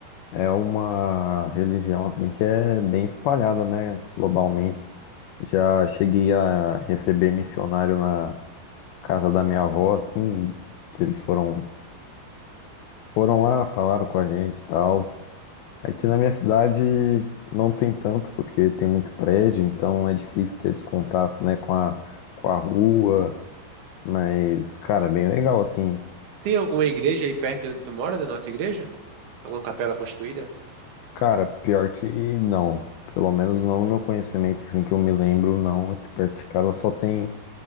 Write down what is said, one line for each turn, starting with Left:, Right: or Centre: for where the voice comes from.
Left: é uma religião assim que é bem espalhada, né? Globalmente. Já cheguei a receber missionário na casa da minha avó, assim, que eles foram Foram lá, falaram com a gente e tal. Aqui na minha cidade não tem tanto, porque tem muito prédio, então é difícil ter esse contato, né, com a, com a rua. Mas, cara, bem legal, assim.
Right: Tem alguma igreja aí perto de onde tu mora, da nossa igreja? Alguma capela construída?
Left: Cara, pior que não. Pelo menos não no meu conhecimento, assim, que eu me lembro, não. Aqui perto de casa só tem